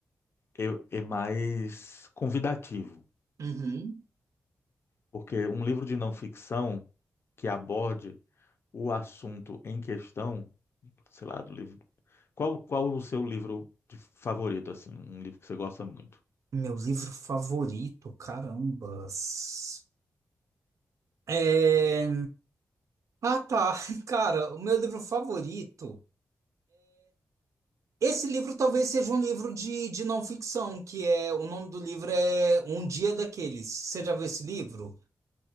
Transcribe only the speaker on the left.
Eu, é mais convidativo,
porque um livro de não ficção que aborde o assunto em questão, sei lá, do livro. Qual, qual o seu livro de favorito, assim, um livro que você gosta muito?